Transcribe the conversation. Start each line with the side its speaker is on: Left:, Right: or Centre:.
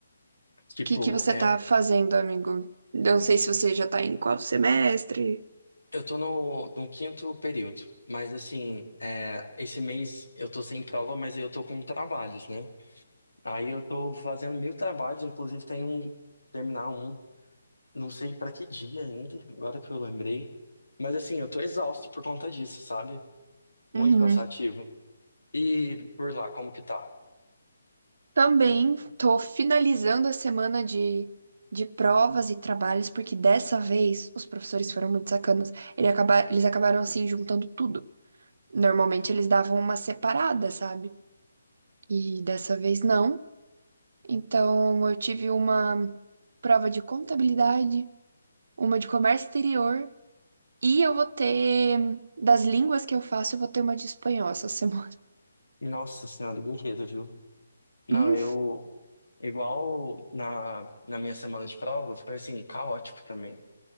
Left: Tipo,
Right: O que que você
Left: é,
Right: tá fazendo, amigo? Eu não sei se você já tá em qual semestre.
Left: eu tô no, no quinto período, mas assim, é, esse mês eu tô sem prova, mas eu tô com trabalhos, né? Aí eu tô fazendo mil trabalhos, inclusive tem um, terminar um. Não sei pra que dia ainda, agora que eu lembrei. Mas assim, eu tô exausto por conta disso, sabe? Muito
Right: Uhum.
Left: cansativo. E por lá, como que tá?
Right: Também tô finalizando a semana de, de provas e trabalhos, porque dessa vez os professores foram muito sacanas. Ele acaba- eles acabaram assim juntando tudo. Normalmente eles davam uma separada, sabe? E dessa vez não. Então, eu tive uma prova de contabilidade, uma de comércio exterior e eu vou ter das línguas que eu faço, eu vou ter uma de espanhol essa semana. <laughs>
Left: Nossa senhora, guerreiro, viu? Não,
Right: Hum,
Left: eu. Igual na, na minha semana de prova, foi assim, caótico também.